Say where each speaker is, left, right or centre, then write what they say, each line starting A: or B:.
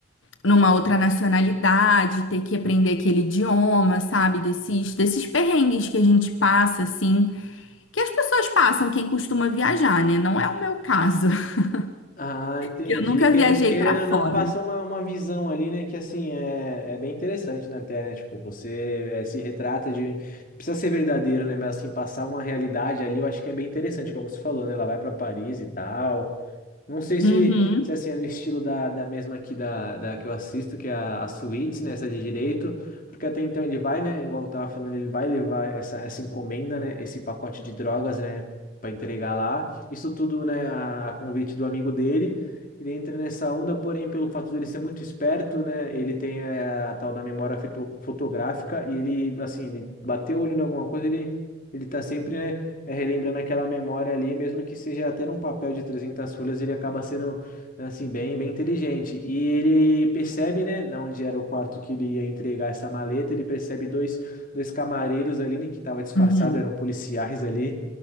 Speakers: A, on the left (about 85°); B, on the left (about 45°).
A: numa outra nacionalidade, ter que aprender aquele idioma, sabe? Desses, desses perrengues que a gente passa, assim, que as pessoas passam, quem costuma viajar, né? Não é o meu caso, <laughs>
B: Ah, entendi.
A: que eu nunca
B: Quere-
A: viajei
B: Querendo
A: pra
B: ou
A: fora.
B: não, passou uma, uma visão ali, né? Que assim é, é bem interessante na tela, né? Tipo, você eh, se retrata de. não Precisa ser verdadeiro, né? Mas assim, passar uma realidade ali, eu acho que é bem interessante, como você falou, né? Ela vai pra Paris e tal. Não sei se,
A: Uhum.
B: se assim, é no estilo da, da mesma aqui da, da que eu assisto, que é a, a Suits, né? Essa de direito. Porque até então ele vai, né? Igual eu tava falando, ele vai levar essa, essa encomenda, né? Esse pacote de drogas, né? Pra entregar lá. Isso tudo, né? A, a convite do amigo dele. Ele entra nessa onda, porém, pelo fato dele ser muito esperto, né? Ele tem a, a tal da memória fito- fotográfica e ele, assim, ele bateu o olho em alguma coisa, ele, ele tá sempre, né? é, relembrando aquela memória ali, mesmo que seja até num papel de 300 folhas, ele acaba sendo, né, assim, bem, bem inteligente. E ele percebe, né, na onde era o quarto que ele ia entregar essa maleta, ele percebe dois, dois camareiros ali, né, que estavam disfarçados,
A: Uhum.
B: eram policiais ali,